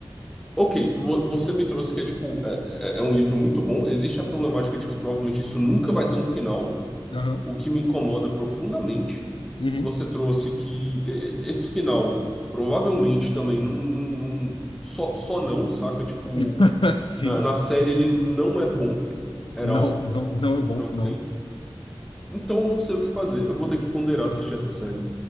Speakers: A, in the centre; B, on the left.
A: Ok, vo- você me trouxe que é tipo, é, é- é um livro muito bom. Existe a problemática de que provavelmente isso nunca vai ter um final,
B: Aham.
A: o que me incomoda profundamente.
B: Uhum.
A: Você trouxe que é, esse final provavelmente também não, não- não- só, só não, saca? Tipo,
B: <laughs> Sim.
A: na, na série ele não é bom, era
B: Não,
A: all,
B: não, não
A: o
B: é bom,
A: final que
B: não.
A: tem. Então eu não sei o que fazer. Eu vou ter que ponderar assistir essa série.